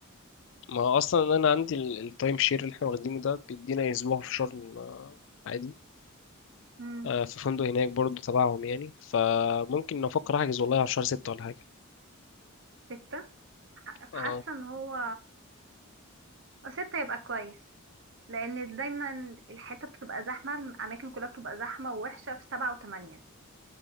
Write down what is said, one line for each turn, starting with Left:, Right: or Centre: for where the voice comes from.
Left: ما هو اصلا انا عندي التايم شير اللي احنا واخدينه ده بيدينا اسبوع في شرم آه، عادي
Right: امم
Left: آه، في فندق هناك برضو تبعهم يعني فممكن نفكر احجز والله على شهر ستة ولا حاجة
Right: ستة ح-
Left: اه
Right: حاسه ان هو ستة يبقى كويس لان دايما الحته بتبقى زحمه الاماكن كلها بتبقى زحمه ووحشه في سبعة وثمانية